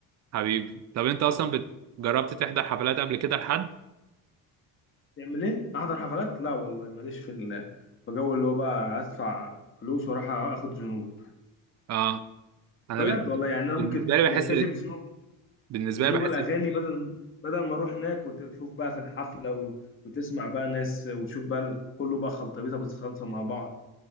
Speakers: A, on the right; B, on the left.
A: حبيبي طب انت اصلا بت- جربت تحضر حفلات قبل كده لحد
B: تعمل ايه احضر حفلات لا والله ماليش في ال- في جو اللي هو بقى ادفع فلوس واروح اخد ذنوب
A: اه انا
B: بجد
A: بن-
B: والله يعني
A: بالنسبه
B: انا ممكن
A: لي
B: نكتفي
A: بحس
B: بذنوب
A: بالنسبه
B: بذنوب
A: لي بحس
B: الاغاني بدل بدل ما اروح هناك وتشوف بقى في الحفله و... وتسمع بقى ناس وتشوف بقى ال- كله بقى خلطبيطه بتصلصه مع بعض